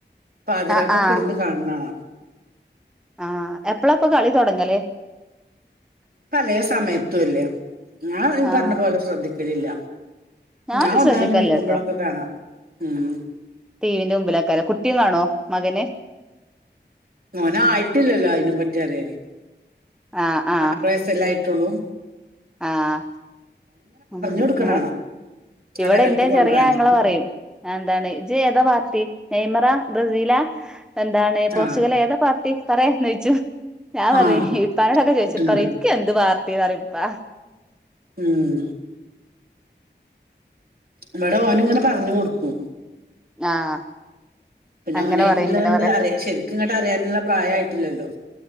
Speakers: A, on the right; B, in the centre.
A: പാതിരാക്കൊക്കെ
B: ആഹ് ആഹ്
A: ഇരുന്ന് കാണുന്നകാണാം
B: ആഹ് എപ്പളാപ്പ കളി തൊടങ്ങല്
A: പലയ സമയത്തും അല്ലേ ഞാൻ നീ
B: ആഹ്
A: പറഞ്ഞ പോലെ ശ്രദ്ധിക്കും വരില്ല
B: ഞാനും
A: ഞാൻ ഒന്നായി
B: ശ്രദ്ധിക്കലില്ലട്ടോ
A: നീക്കുമ്പോഴൊക്കെ കാണാം മ്
B: ടി വിന്റെ മുമ്പിലാക്കാന് കുട്ടികളാണോ മകന്
A: മോൻ ആയിട്ടില്ലല്ലോ അതിനെ പറ്റി അറിയില്ല
B: ആഹ് ആഹ്
A: ആറ് വയസല്ലേ പറ്റുള്ളൂ
B: ആഹ് മ്
A: കൊടുക്കണാണ്
B: ഇവ
A: ആ
B: ഇവിടെ
A: ലെവൽക്ക്
B: എന്റെ
A: കൊണ്ടുവരാന്
B: ചെറിയ അങ്ങളെ പറയും എന്താണ് ഇജ്ജ് ഏതാ പാർട്ടി നെയ്മറ ബ്രസീല എന്താണ് പോർച്ചുഗൽ
A: ആ
B: ഏതാ പാർട്ടി പറയാ നയിച്ചു ഞാൻ
A: ആ
B: പറയും ഇപ്പാടൊക്കെ ചോയിച്ച
A: കുട്ടനോട്
B: പറയും നിക്ക് എന്ത് പാർട്ടീന്ന് പറയുംപ്പാ
A: ഉം ഇവിടെ ഓന് ഇങ്ങനെ പറഞ്ഞു കൊടുക്കും
B: ആഹ്
A: പിന്നെ
B: അങ്ങനെ
A: ഓനൈനുള്ളത്
B: പറയും ഇങ്ങനെ
A: കൊണ്ട്
B: പറയും
A: അറിയ ശരിക്കും ഇങ്ങോട്ട് അറിയാനുള്ള പ്രായായിട്ടില്ലല്ലോ.